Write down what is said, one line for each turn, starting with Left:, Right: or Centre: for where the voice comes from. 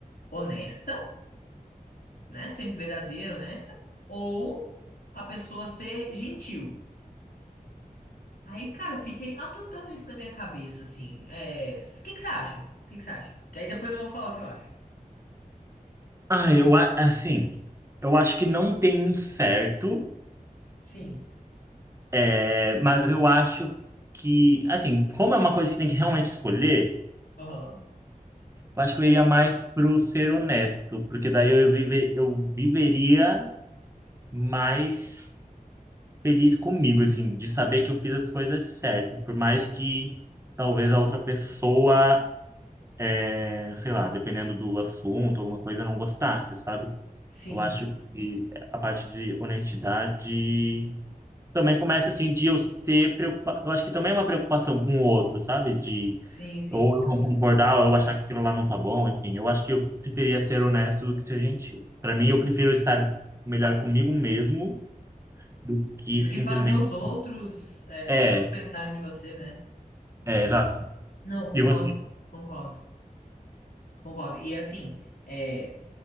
Left: honesta, né? Sempre verdadeira, honesta, ou a pessoa ser gentil? Aí, cara, eu fiquei matutando isso na minha cabeça, assim. É, o que que você acha? O que que você acha? Que aí depois eu vou falar o que eu acho.
Right: Ah, eu a- assim, eu acho que não tem um certo.
Left: Sim.
Right: É, mas eu acho que, assim, como é uma coisa que tem que realmente escolher,
Left: Aham.
Right: eu acho que eu iria mais pro ser honesto, porque daí eu, vive, eu viveria mais feliz comigo, assim, de saber que eu fiz as coisas certas, por mais que talvez a outra pessoa, é, sei lá, dependendo do assunto, alguma coisa, não gostasse, sabe?
Left: Sim.
Right: Eu acho que a parte de honestidade também começa, assim, de eu ter preocupação, eu acho que também é uma preocupação com o outro, sabe? De
Left: Sim, sim.
Right: Ou eu não concordar, ou eu achar que aquilo lá não tá bom, enfim. Eu acho que eu preferia ser honesto do que ser gentil. Para mim, eu prefiro estar melhor comigo mesmo do que
Left: Do
Right: simplesmente.
Left: que fazer os outros, é,
Right: É,
Left: os outros pensarem de você, né?
Right: é, exato.
Left: Não, concordo,
Right: E você?
Left: co- concordo. Concordo. E assim, é,